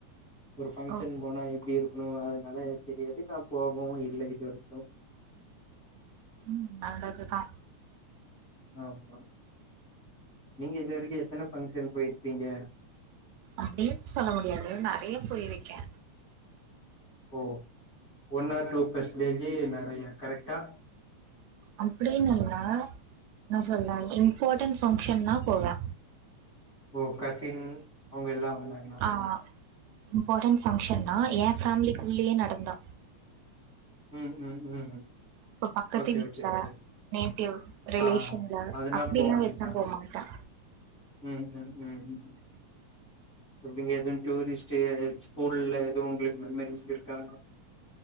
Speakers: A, on the left; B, on the right.
A: ஒரு பஃங்க்ஷன்
B: ஓ
A: போனா எப்டி இருக்கணு அதனால தெரியாது நா போகவு இல்ல இது வரைக்கு
B: ம் நல்லதுதா
A: ஆமா நீங்க இது வரைக்கு எத்தன பங்க்ஷன் போயிருப்பீங்க
B: அப்டின்னு சொல்ல முடியாது நெறைய போயிருக்கே
A: ஓ ஒன் ஆர் டூ பெர்சன்டேஜு நெறையா கரெக்டா
B: அப்டின்னு இல்ல என்ன சொல்ல இம்பார்ட்டன்ட் பஃங்க்ஷன்னா போவே
A: ஓ கசின் அவுங்க எல்லா வந்தாங்கனா
B: ஆ இம்பார்டன் ஃபங்க்ஷன்னா என் ஃபேமிலிக் குள்ளேயே நடந்தா
A: ம் ம் ம்
B: இப்ப பக்கத்து
A: ஓகே
B: வீட்ல
A: ஓகே ஓகே
B: நேட்டிவ் ரிலேஷன்ல
A: ஆ அதுனா
B: அப்டிலா
A: போ வேண்டா
B: வச்சா போமா டா
A: ம் ம் ம் எப்டிங்க எதுவு டூரிஸ்ட்டு ஸ்கூல்ல எதுவு உங்களுக்கு மெம்மரிஸ் இருக்கா